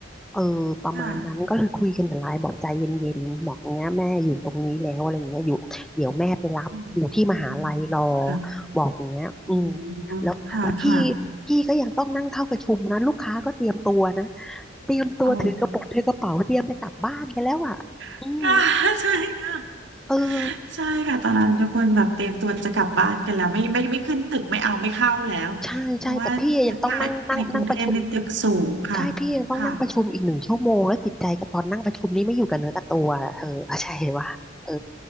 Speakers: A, in the centre; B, on the right (about 65°).
A: เออประมาณนั้นก็เลยคุยกันแต่ไลน์บอกใจเย็นๆบอกเนี้ยแม่อยู่ตรงนี้แล้วอะไรอย่างเงี้ยอยู่เดี๋ยวแม่ไปรับอยู่ที่มหาลัยรอ
B: ค่ะอืมอืมค่ะ
A: บอกอย่างเงี้ยอืม
B: อืมค่ะค่ะ
A: แล้วแล้วพี่พี่ก็ยังต้องนั่งเข้าประชุมนะลูกค้าก็เตรียมตัวนะเตรียมตัวถือกระเป๋อถือกระเป๋าเตรียมจะกลับบ้านกันแล้วอ่ะอืม
B: โอ้ <laughs> ค่ะใช่ค่ะ
A: เออ
B: ใช่ค่ะตอนนั้นทุกคนแบบเตรียมตัวจะกลับบ้านกันแล้วไม่ไม่ไม่ขึ้นตึกไม่เอาไม่เข้าแล้วเพราะว่า
A: ใช่ใช่แต่พี่ยังต้องนั่งนั่งนั่งประชุม
B: ถ้าในกรุงเทพในตึกสูงค่ะ
A: ใช่พี่ยังต้องนั่งประชุมอีกหนึ่งชั่วโมงแล้วจิตใจกับตอนนั่งประชุมนี้ไม่อยู่กับเนื้อกับตัวอะเธอเข้าใจว่าเออ
B: ค่ะโอ้